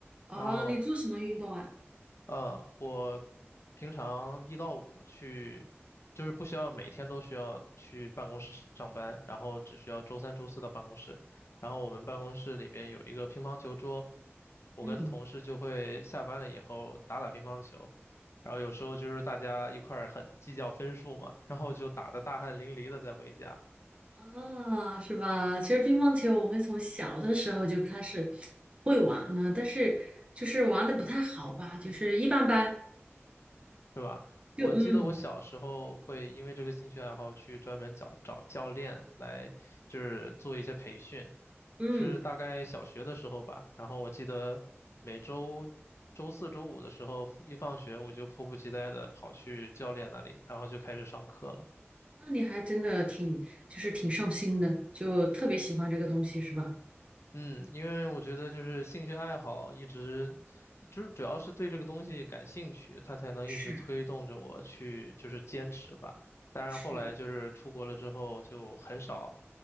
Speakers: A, on the right (about 25°); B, on the left (about 70°).
A: 哦，
B: 然后
A: 你做什么运动啊？
B: 呃，我平常一到五去，就是不需要每天都需要去办公室上班，然后只需要周三、周四到办公室。然后我们办公室里面有一个乒乓球桌，我跟同事就会下班了以后打打乒乓球。
A: 嗯，
B: 然后有时候就是大家一块儿很计较分数嘛，然后就打得大汗淋漓的再回家。
A: 啊，是吧？其实乒乓球我们从小的时候就开始会玩了，但是就是玩的不太好吧，就是一般般。
B: 是吧？我记得我小时候会因为这个兴趣爱好去专门找找教练来，
A: 就嗯
B: 就是做一些培训，
A: 嗯，
B: 是大概小学的时候吧。然后我记得每周周四周五的时候，一放学我就迫不及待的跑去教练那里，然后就开始上课了。
A: 那你还真的挺就是挺上心的，就特别喜欢这个东西是吧？
B: 嗯，因为我觉得就是兴趣爱好一直就是主要是对这个东西感兴趣，它才能一直推动着我去就是坚持吧。
A: 是
B: 当然后来就是出国了之后就很少，
A: 是，